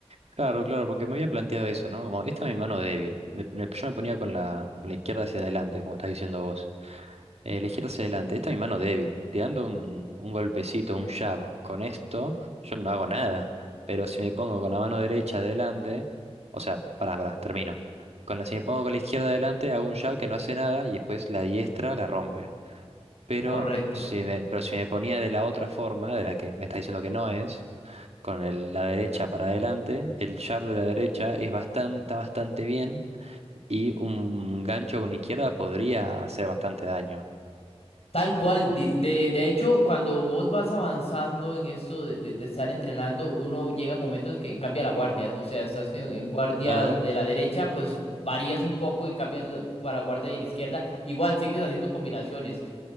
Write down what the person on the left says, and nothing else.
Correcto.
Tal cual. De, de- de hecho, cuando vos vas avanzando en esto de, de- de estar entrenando, uno llega a momentos que cambia la guardia. O sea, estás que en guardia
de la derecha, pues varías un poco y cambias la- para guardia de la izquierda. Igual sigues haciendo combinaciones.